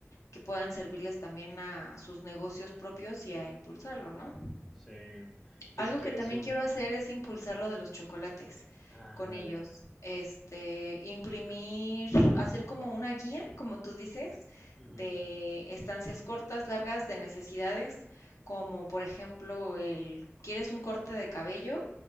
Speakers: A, on the left (about 80°); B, in the centre.
A: que puedan servirles también a sus negocios propios y a impulsarlo, ¿no?
B: Sí, que
A: Algo
B: si quieres
A: que también
B: un,
A: quiero hacer es impulsar lo de los chocolates
B: ah,
A: con
B: ándale,
A: ellos. Este, imprimir, hacer como una guía, como tú dices,
B: ujú,
A: de estancias cortas, largas, de necesidades, como por ejemplo el, ¿quieres un corte de cabello?